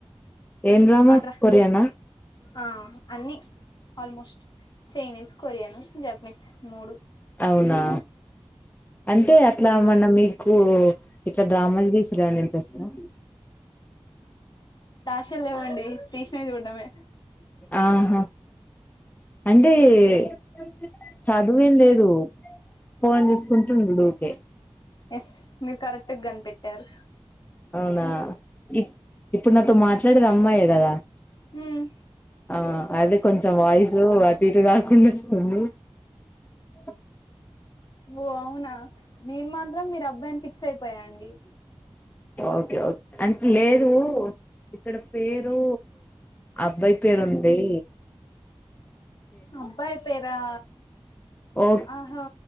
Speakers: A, on the left; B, on the left.
A: ఏం డ్రామాస్
B: ఆ డ్రా
A: కొరియన్ ఆ
B: ఆ అన్ని ఆల్మోస్ట్ చైనీస్, కొరియను, జపనీస్ మూడు.
A: అవునా అంటే అట్లా మొన్న మీకు ఇట్లా డ్రామాలు తీసి రాని ఇంట్రెస్ట్ ఆ
B: అస్సల్ లేవండి తీసినవి చూడ్డమే
A: ఆహా అంటే చాల చదువేం లేదు పోన్ చేసుకుంటుండు కె
B: ఎస్ మీరు కరెక్ట్ కనిపెట్టి కట్టారు
A: అవునా ఇప్ ఇప్పుడు నాతో మాట్లాడేది అమ్మాయ కదా
B: ఉమ్మ్
A: ఆ అదే కొంచెం వాయిసు అటు ఇటు కాకుండా వస్తుంది. కు
B: ఓ అవునా నేను మాత్రం మీరు అబ్బాయిని ఫిక్స్ అయిపోయా అండి
A: ఓకే ఓకే అంటే లేదు ఇక్కడ పేరు అబ్బాయి పేరుంది
B: అబ్బాయి పేరా
A: ఓ
B: ఆహో